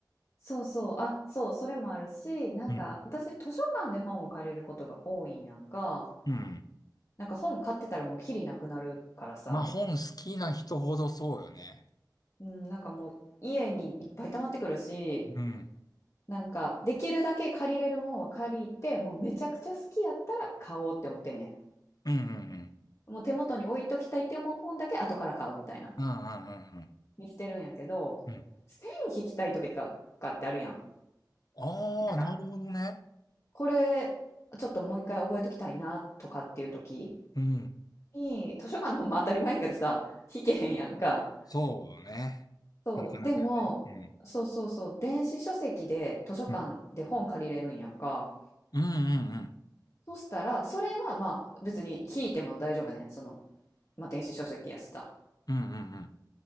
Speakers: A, on the left; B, on the left.
A: そうそう、あ、そう、それもあるし、なんか私図書館で本を借りることが多いんやんか。
B: うん。うん。
A: なんか本買ってたらもうきりなくなるからさ、
B: まあ、本好きな人ほどそうよね。
A: うん、なんかもう家にいっぱい溜まってくるし、
B: うん。
A: なんかできるだけ借りれるもんは借りて、もうめちゃくちゃ好きやったら買おうって思ってんね
B: うん、うん、うん。
A: ん。もう手元に置いときたいって思う本だけ後から買うみたいな、
B: うんうんうん
A: にしてるんやけど、
B: うん。うん
A: 線引きたい時とかってあるやん。
B: ああー、
A: なんか
B: なるほどね。
A: これちょっともう一回覚えときたいなとかっていう時。
B: うん。
A: に、図書館の本も当たり前やけどさ、<laughs> 引けへんやんか。
B: そうね。
A: そう。
B: なかなかね。
A: でも、
B: うん。
A: そうそうそう、電子書籍で図書館で本借りれるんやんか。
B: うん。うんうんうん。
A: そしたら、それはまあ別に引いても大丈夫やねん。その、まあ電子書籍やしさ。
B: うんうんうん。